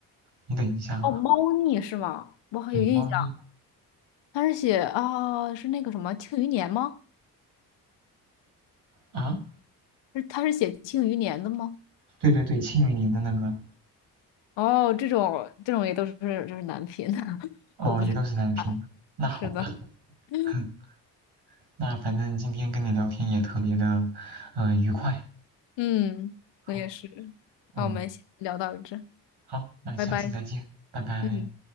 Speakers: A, on the right (about 55°); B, on the left (about 60°).
A: 你等一下啊，
B: <laughs> 哦，猫腻是吗？我好有印象，
A: 对，猫腻
B: 他是写啊，是那个什么《庆余年》吗？
A: 啊，
B: 是他是写《庆余年》的吗？
A: 对对对，庆余年的那个，
B: 哦，这种这种也都是就是男频，<laughs>
A: 哦，
B: 我不太啊是的，
A: 也都是男频的。那好吧，
B: <laughs>
A: <laughs> 那反正今天跟你聊天也特别的，呃，愉快。
B: 嗯，
A: 好，
B: 我也是。
A: 嗯，
B: 那我们先聊到这，
A: 好，那下次再见，
B: 拜拜。
A: 拜拜。
B: 嗯。